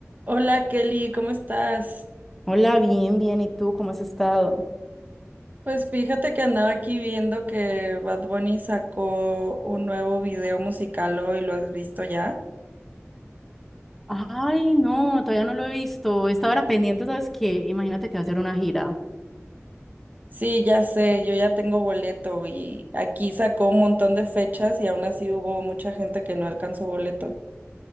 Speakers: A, on the right; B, in the centre.
A: Hola Kelly, ¿cómo estás?
B: Hola, bien, bien. ¿Y tú cómo has estado?
A: Pues fíjate que andaba aquí viendo que Bad Bunny sacó un nuevo video musical hoy, ¿lo has visto ya?
B: Ay, no, todavía no lo he visto. Estaba era pendiente, ¿sabes qué? Imagínate que va a hacer una gira.
A: Sí, ya sé, yo ya tengo boleto y aquí sacó un montón de fechas y aún así hubo mucha gente que no alcanzó boleto.